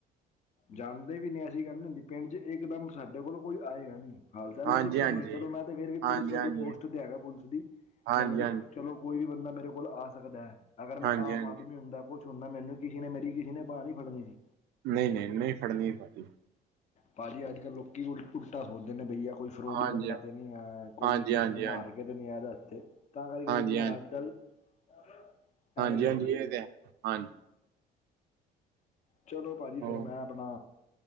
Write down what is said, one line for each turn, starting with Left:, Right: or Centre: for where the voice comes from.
Left: ਜਾਂਦੇ ਵੀ ਨੀ। ਪਿੰਡ ਚ ਇਕਦਮ ਸਾਡੇ ਕੋਲ ਕੋਈ ਆਏਗਾ ਨੀ। ਹਾਲ-ਚਾਲ
Right: ਹਾਂਜੀ
Left: ਤੇ ਪੁੱਛਣਗੇ
Right: ਹਾਂਜੀ
Left: ਚਲੋ ਮੈਂ ਤੇ ਫੇਰ ਵੀ
Right: ਹਾਂਜੀ
Left: ਪੁਲਿਸ ਵਾਲੀ
Right: ਹਾਂਜੀ
Left: ਪੋਸਟ
Right: ਹਾਂਜੀ
Left: ਤੇ ਹੈਗਾ ਪੁਲਿਸ ਦੀ
Right: ਹਾਂਜੀ
Left: ਮੈਨੂੰ ਤੇ ਚਲੋ ਕੋਈ ਵੀ ਬੰਦਾ ਮੇਰੇ ਕੋਲ ਆ ਸਕਦਾ। ਅਗਰ ਮੈਂ
Right: ਹਾਂਜੀ
Left: ਆਮ
Right: ਹਾਂਜੀ
Left: ਆਦਮੀ ਹੁੰਦਾ ਕੋਛ ਸੁਣਨਾ ਮੈਨੂੰ ਕਿਸੇ ਨੇ ਮੇਰੀ ਕਿਸੇ ਨੇ ਬਾਹ ਨੀ ਫੜਨੀ ਸੀ।
Right: ਨਹੀਂ-ਨਹੀਂ, ਨਹੀਂ ਫੜਨੀ ਭਾਜੀ।
Left: ਭਾਜੀ ਅੱਜ-ਕੱਲ੍ਹ ਲੋਕੀ ਉਲਟਾ ਸੋਚਦੇ ਨੇ ਬਈਆ ਕੋਈ ਫਰੋਡੀ
Right: ਹਾਂਜੀ
Left: ਬੰਦਾ ਤੇ ਨੀ ਏ।
Right: ਹਾਂਜੀ
Left: ਕੋਈ
Right: ਹਾਂਜੀ
Left: ਕਿਸੇ ਨੂੰ
Right: ਹਾਂਜੀ
Left: ਮਾਰ ਕੇ ਤੇ ਨੀ ਏ। ਇਹਦੇ ਹੱਥੇ ਤਾਂ ਕਰਕੇ
Right: ਹਾਂਜੀ
Left: ਦੁਨੀਆਂ <unintelligible>
Right: ਹਾਂਜੀ-ਹਾਂਜੀ
Left: ਕਰਦੀ ਹੈ
Right: ਇਹ ਤੇ ਹਾਂਜੀ।
Left: ਚਲੋ ਭਾਅ ਜੀ
Right: ਉਹ
Left: ਫਿਰ ਮੈਂ ਆਪਣਾ